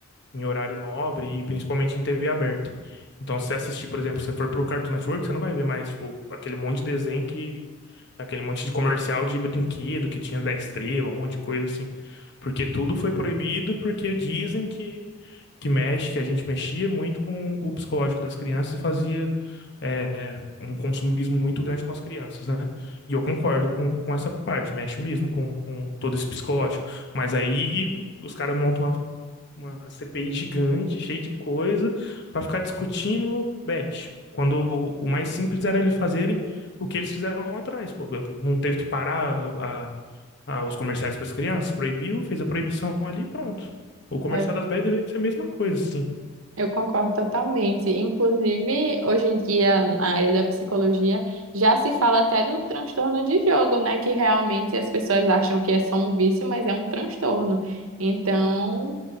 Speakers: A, on the left; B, on the right.
A: em horário nobre e principalmente em TV aberta. Então, se você assistir, por exemplo, se você for pro Cartoon Network, você não vai ver mais, tipo, aquele monte de desenho que... Aquele monte de comercial de brinquedo que tinha da Estrela, um monte de coisa assim. Porque tudo foi proibido porque dizem que, que mexe, que a gente mexia muito com o psicológico das crianças e fazia é, um consumismo muito grande com as crianças, né? E eu concordo com, com essa parte, mexe mesmo com, com todo esse psicológico. Mas aí os caras montam uma uma CPI gigante, cheia de coisa, para ficar discutindo bet. Quando o o mais simples era eles fazerem o que eles fizeram lá atrás, pô, não teve que parar a, a- os comerciais para as crianças, proibiu, fez a proibição ali, e pronto. O comercial
B: É,
A: das bets deveria ser a mesma coisa, sim.
B: Eu concordo totalmente. Inclusive, hoje em dia, na área da psicologia, já se fala até do transtorno de jogo, né? Que realmente as pessoas acham que é só um vício, mas é um transtorno. Então,